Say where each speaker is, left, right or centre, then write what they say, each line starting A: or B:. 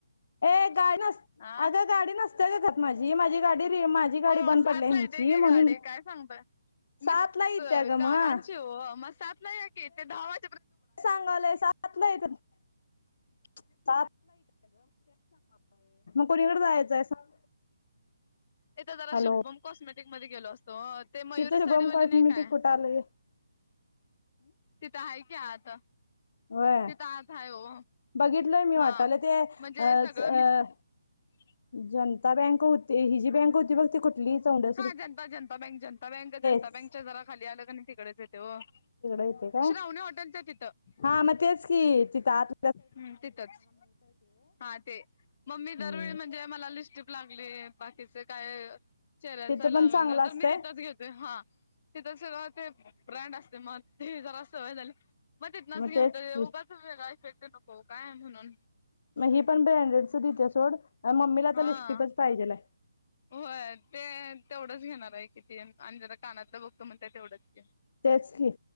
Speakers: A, on the left; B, on the left.
A: ए गाडी नस
B: हा
A: अगं गाडी नसते का खात माझी माझी गाडी री माझी. गाडी
B: हो
A: बंद
B: सात
A: पडल्या ह्यांची
B: ला येती की गाडी
A: म्हणून
B: काय सांगताय? मी
A: सात ला येत्या ग
B: काकांची
A: मग
B: हो म सातला या कि ते दहावा
A: तेच सांगालोय सातला येऱ्यांत. <unintelligible> कोणीकडे जायचंय सांग.
B: तिथं जरा
A: हॅलो
B: शुभम कॉस्मेटिक मध्ये गेलो असतो हो. ते मयूर
A: तिथे शुभम
B: साडीवाली
A: कॉटमिटी
B: नाही काय
A: कुठं आलंय हम्म
B: तिथं आहे की आत.
A: व्हय
B: तिथ आत आहे हो
A: बघितलंय मी वाटालय
B: हा
A: ते
B: म्हणजे
A: अ
B: सगळं
A: च अ
B: मित्र ह
A: जनता बँक होती ही जी बँक होती बघ ते कुठ. <unintelligible>
B: हा जनता जनता बँक जनता बँक जनता
A: तिकडं
B: बँकच्या जरा खाली आलं क तिकडेच येत य हो.
A: येते काय
B: श्रावणी हॉटेलच्या तिथं.
A: हा मग तेच की तिथं आत.
B: हम्म तिथच हा ते मग
A: हम्म
B: मी दरवेळी म्हणजे मला लिस्टीप लागली बाकीच काय चेहऱ्याच
A: तिथं पण
B: लागलं
A: चांगलं
B: तर
A: असतंय
B: मी तिथंच घेतो. हा ती त ते ब्रँड असते मग ते जरा सवय झाली आहे. मग तिथनाच घेऊन
A: तेच
B: त
A: की
B: उगाचगय शकते नको काय म्हणून
A: मग ही पण ब्रँडेडच दिते सोड मम्मीला
B: हा
A: आता लिस्टीपच पाहिजेलय?
B: होय ते तेवढंच घेणार आहे किती आणि जरा कानातलं बघतो म्हणत्यात तेवढंच की.
A: तेच की.